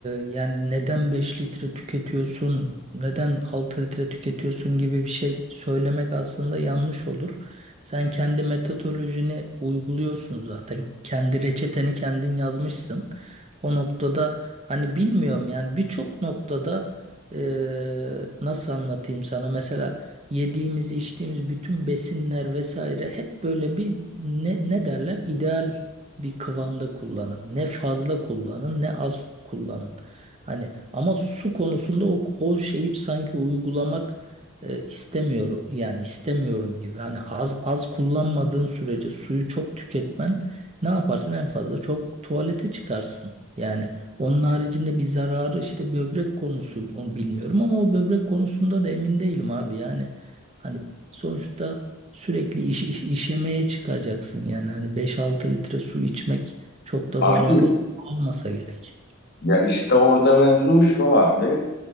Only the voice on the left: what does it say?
Abi
ya işte orada mevzu şu abi.